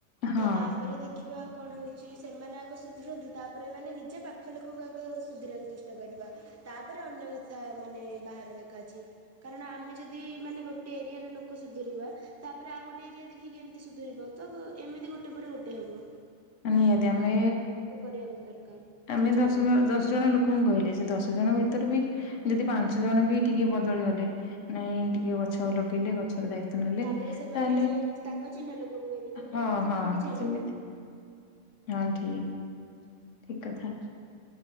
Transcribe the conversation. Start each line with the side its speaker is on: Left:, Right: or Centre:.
Left: ହଁ
Right: ତ ତାପରେ ଦେ ଖିବା କଣ ହଉଛି ସେମାନେ ଆଗ ସୁଧରନ୍ତୁ ତାପରେ ମାନେ ନିଜ ପାଖ ଲୋକକୁ ଆଗ ସୁଧରିବାକୁ ଚେଷ୍ଟା କରିବା। ତାପରେ ଅନ୍ୟ କଥା ମାନେ ବାହାରେ ଦେଖା ଅଛି କାରଣ ଆମେ ଯଦି ମାନେ ଗୋ ଗୋଟେ ଏରିଆରେ ଲୋକ ସୁଧୁରିବା। ତାପରେ ଆଉ ଗୋଟେ ଏରିଆ ଦେଖିକି ଏମିତି ସୁଧୁରିବ ତ ଏମିତି ଗୋଟେ ପରେ ଗୋଟେ ହବ।
Left: ନିହାତି ଆମେ
Right: କରିବା ଦରକାର
Left: ଆମେ
Right: ସଚେତନ
Left: ଦଶ ଜ ଦଶ ଜଣ ଲୋକ କଣ କହିଲେ ସେ ଦଶ ଜଣ ଭିତରୁ ବି ଯଦି ପାଞ୍ଚ ଜଣ ବି ଟିକେ ବଦଳି ଗଲେ ନାଇଁ ଟିକେ ଗଛ ଲଗେଇଲେ ଗଛର ଦାୟି ତ୍ବ ନେଲେ
Right: ତାପରେ
Left: ତାହେଲେ
Right: ସେମାନେ ତାଙ୍କ ଚିହ୍ନା ଲୋକଙ୍କୁ କହିବେ ତାପରେ
Left: ହଁ
Right: ଏମିତି
Left: ହଁ
Right: କରିକି ଚାଲିବ
Left: ସେମିତି। ହଁ ଠିକ ଠିକ କଥା